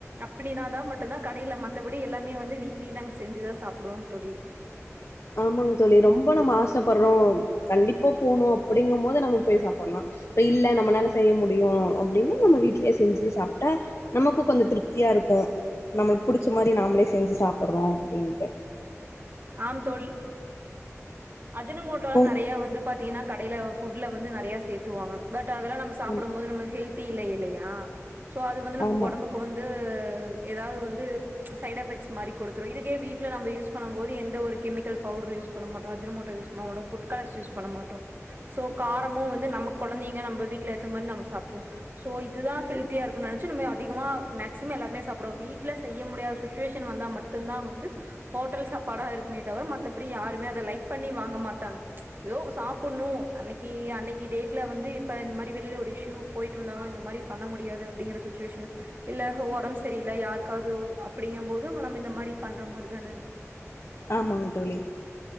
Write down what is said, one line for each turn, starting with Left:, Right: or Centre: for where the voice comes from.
Right: இப்டின்னா தா மட்டுதா கடேல மத்தபடி எல்லாமே வந்து வீட்டிலியே நாங்க செஞ்சு தா சாப்புடுவோம் தோழி
Left: ஆமாங் தோழி ரொம்ப நம்ம ஆசைப்பற்றோ கண்டிப்பா போணு அப்படிங்கும் போது நம்ம போய் சாப்பல்லா இப்ப இல்ல நம்மனால செய்ய முடியு அப்டினா நம்ம வீட்லயே செஞ்சு சாப்ட்டா நமக்கு கொஞ்சோ திருப்தியா இருக்கு நம்மளுக்கு புடிச்ச மாரி நாமளே செஞ்சு சாப்புற்றோ அப்டின்ட்டு
Right: ஆம் தோல் அஜுனமோட்டா
Left: உங்
Right: நெறைய வந்து பாத்தீங்கனா கடேல ஃபுட்ல வந்து நெறய சேத்துவாங்க பட் அதல்லா நம்ம சாப்படம்
Left: ம்
Right: போது நமக்கு ஹெல்தி இல்ல இல்லயா சோ அது வந்து நமக்கு
Left: ஆமா
Right: ஒடம்புக் கு வந்து ஏதாவது வந்து சைட் எஃபெக்ட்ஸ் மாரி குடுத்துறு இதுக்கே வீட்ல நம்ப யூஸ் பண்ணாம போது எந்த ஒரு கெமிக்கல் பவுட்ரு யூஸ் பண்ணமாட்டோ அஜுனமோட்டோ யூஸ் பண்ணமாட்டோ ஃபுட் கலர்ஸ் யூஸ் பண்ணமாட்டோ சோ காரமு வந்து நம்ம கொழந்தைங்க நம்ப வீட்ல ஏத்த மாரி நம்ம சாப்டுவோ சோ இதுதா ஹெல்தியா இருக்குனு நெனச்சு நம்ம அதிகமா மேக்சிமோ எல்லாருமே சாப்டுவோ வீட்ல செய்ய முடியாத சுச்சுவேஷன் வந்தா மட் ட்டுதா வந்து ஹோட்டல் சாப்பாடா இருக்குமே தவிர மத்தபடி யாருமே அத லைக் பண்ணி வாங்க மாட்டாங்க ஏதோ சாப்புன்ணு அன்னக்கி அன்னக்கி டேட்ல வந்து இப்ப இந்த மாரி வெளில ஒரு இஷ்யூ போயிட்டு வந்தாங்க இந்த மாரி பண்ண முடியாது அப்பிடிங்கிற சுச்சுவேஷன் இல்ல ஒடம்பு சரியில்ல யாருக்காவது அப்படிங்கு போது நம்ப இந்த மாரி பண்ற மாரிதான
Left: ஆமாங் தோழி